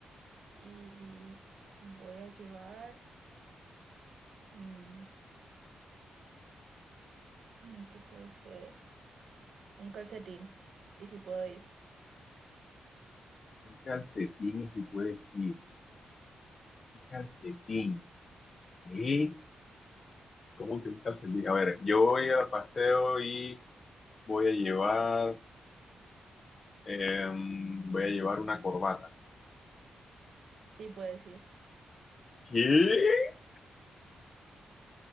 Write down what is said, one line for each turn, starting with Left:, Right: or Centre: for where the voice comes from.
Right: y voy a llevar, mm, mm, ¿qué puede ser? Un calcetín. ¿Y si puedo ir?
Left: un calcetín si puedes ir. Un calcetín. ¿Qué? ¿Cómo que un calcetín? A ver, yo voy al paseo y voy a llevar, em, voy a llevar una corbata.
Right: Sí, puedes ir.
Left: ¿Qué?